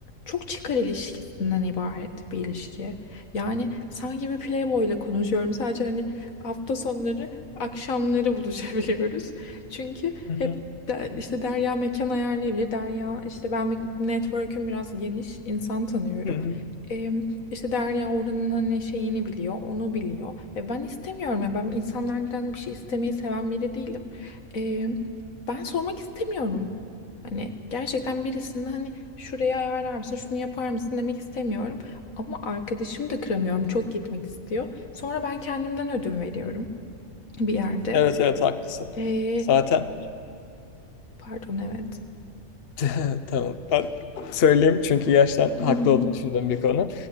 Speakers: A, on the left; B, on the left.
A: çok çıkar ilişkisinden ibaret bir ilişki. Yani sanki bir playboy ile konuşuyorum. Sadece hani hafta sonları akşamları buluşabiliyoruz. Çünkü
B: Hı
A: hep
B: hı.
A: de, işte Derya mekan ayarlayabilir. Derya işte ben bir- network'üm biraz geniş insan tanıyorum.
B: Hı hı.
A: Ee, işte Derya oranın hani şeyini biliyor, onu biliyor. E, ben istemiyorum ya ben insanlardan bir şey istemeyi seven biri değilim. Ee, ben sormak istemiyorum. Hani gerçekten birisinin hani şurayı ayarlar mısın, şunu yapar mısın demek istemiyorum. Ama arkadaşım da kıramıyorum, çok gitmek istiyor. Sonra ben kendimden ödün veriyorum bir yerde.
B: Evet evet haklısın.
A: Ee,
B: Zaten
A: pardon evet.
B: <laughs> Tamam. Ben söyleyeyim çünkü gerçekten
A: <laughs>
B: haklı olduğunu düşündüğüm bir konu.